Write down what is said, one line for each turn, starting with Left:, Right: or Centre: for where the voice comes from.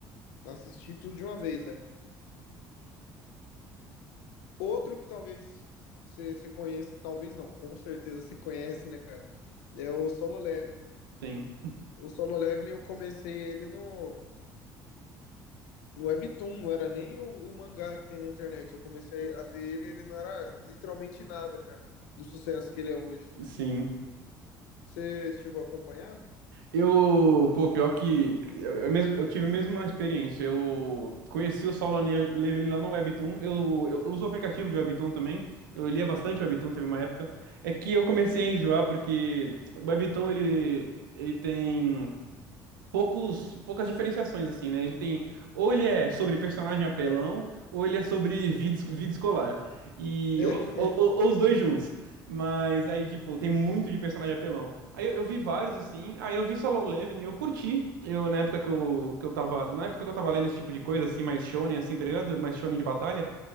Left: Assisti tudo de uma vez, velho. Outro que talvez você você conheça, talvez não, com certeza você conhece, né, cara? É o Solo Leveling.
Right: Sim.
Left: O Solo Leveling eu comecei ele no, no Webtoon, não era nem o, o mangá que tem na internet. Eu comecei a ver ele, ele não era literalmente nada, cara, do sucesso que ele é hoje.
Right: Sim.
Left: Você chegou a acompanhar?
Right: Eu, pô, pior que eu, eu mes- eu tive a mesma experiência. Eu conheci o Saulo Ne- Leveling lá no Webtoon. Eu, eu, eu uso o aplicativo de Webtoon também. Eu lia bastante Webtoon, teve uma época. É que eu comecei a enjoar porque o Webtoon ele, ele tem poucos, poucas diferenciações, assim, né? Ele tem. Ou ele é sobre personagem apelão, ou ele é sobre vida, es- vida escolar. E,
Left: É,
Right: ou, ou- ou- ou os dois juntos. Mas aí, tipo, tem muito de personagem apelão. Aí eu, eu vi vários, assim. Aí eu vi Solo Leveling e eu curti. Eu, na época que eu, que eu tava. Na época que eu tava lendo esse tipo de coisa, assim, mais shonen, assim, tá ligado? Mais shonen de batalha.